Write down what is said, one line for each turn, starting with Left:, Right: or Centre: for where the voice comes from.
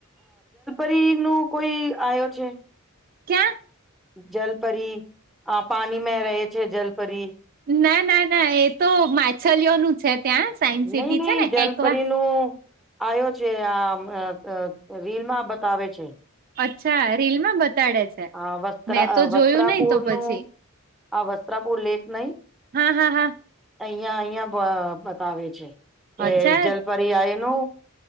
Centre: પ્રે નો કોઈ આયો છે.
Right: ક્યા?
Centre: જલપરી આ પાની મે રહે છે જલપરી
Right: ના ના ના એ તો માછલીઓનું છે ત્યાં સાયન્સ
Centre: નઈ
Right: સિટી
Centre: નઈ
Right: છે ને
Centre: જલપરીનું
Right: એકવા
Centre: આયો છે આ <unintelligible> રીલમાં બતાવે છે
Right: અચ્છા રીલ માં બતાડે છે?
Centre: હ વસ્ત્રા
Right: મેં તો
Centre: વસ્ત્રાપુર
Right: જોયું નહી તો પછી
Centre: નું આ વસ્ત્રાપુર લેક નઈ
Right: હા હા હા
Centre: અહિયા અહિયાં બ બતાવે છે કે
Right: અચ્છા
Centre: જલપદ પઇ આય નું